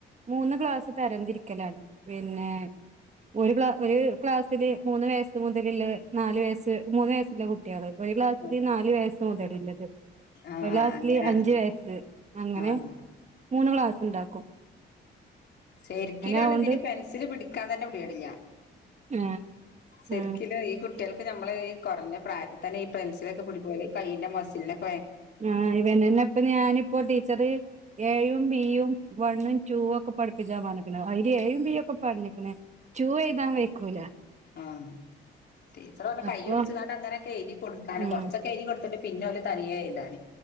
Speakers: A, on the right; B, on the left.
A: മൂന്ന് ക്ലാസ് തരംതിരിക്കലാണ് പിന്നെ ഒരു ക്ല ഒരു ക്ലാസ്സില് മൂന്ന് വയസ്സ് മുതലുള്ള നാല് വയസ്സ് മൂന്ന് വയസ്സുള്ള കു ഒരുക്ലാസിൽ
B: ആഹ്
A: നാല് വയസ് മുതലള്ളത്
B: ആഹ്
A: ഒരു ളാസിൽ
B: അങ്ങനെ
A: അഞ്ജ് അഞ്ച് വയസ്സ് അങ്ങനെ
B: ആഹ്
A: മൂന്ന് ക്ലാസ് ഉണ്ടാക്
B: ശരിക്കലുംണ്
A: ആവോണ്ട്
B: ഇതിന് പെൻസില് പിടിക്കാൻ തന്നെ പീടില്ല.
A: ആഹ്
B: ശരിക്കലും
A: ആഹ്
B: ഈ കുട്ടികൾക്ക് നമ്മൾഈ കുറഞ്ഞ പ്രായത്തിൽ തന്നെ ഈ പെൻസിലൊക്കെ പിടി പോല കൈയിന്റെ മസിലൊക്കെ
A: ആഹ ഇവന്നന്നെ ഇപ്പൊ ഞാനിപ്പോ ടീച്ചറ് ഏഴും ബീയും. വണ് റ്റു ഒക്കെ പടിപ്പിച്ചാമ്പറഞ്ഞകന് അതിൽ എയും ബീയൊക്കെ പർഞ്ഞക്കണ് റ്റു എയ്താൻ വെയ്കൂല.
B: ആഹ് ടീച്ചർ പർഞ്
A: അപ്പൊ
B: കയ്യുടിച്ങ്ങാണ്ട് അങ്ങനെക്കെ എഴതി കൊടുക്കാാന്
A: ഉം
B: കൊറച്ചൊക്കെ എയ്തി കൊടുത്തിട്ട് പിന്നെ ഓല് തനിയെഴ്താന്.